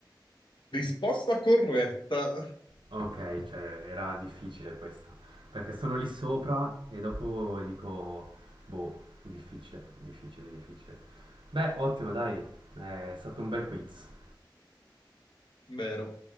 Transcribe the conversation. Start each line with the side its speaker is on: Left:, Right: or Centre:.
Left: Risposta corretta.
Right: Ok, cioè era difficile questa, perché sono lì sopra e dopo dico, boh, difficile, difficile, difficile. Beh, ottimo, dai, è stato un bel quiz.
Left: Vero.